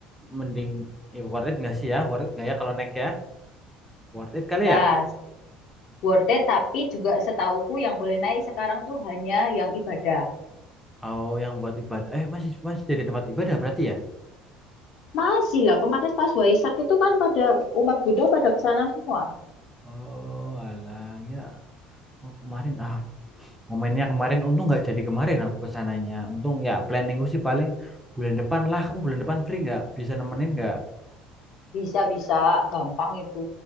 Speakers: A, in the centre; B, on the left (about 65°).
A: mending ya worth it nggak sih ya? Worth it nggak ya kalau naik ya? Worth it kali
B: Tas.
A: ya?
B: Worth it, tapi juga setauku yang boleh naik sekarang tuh hanya yang ibadah.
A: Oh, yang buat ibadah. Eh, masih masih jadi tempat ibadah berarti ya?
B: Masih lah, kemarin pas Waisak itu kan pada umat Buddha pada ke sana semua.
A: Oh, alah ya. Oh, kemarin ah momennya kemarin untung nggak jadi kemarin aku kesananya untung ya planning gue sih paling bulan depan lah kamu bulan depan free nggak bisa nemenin nggak
B: Bisa-bisa, gampang itu.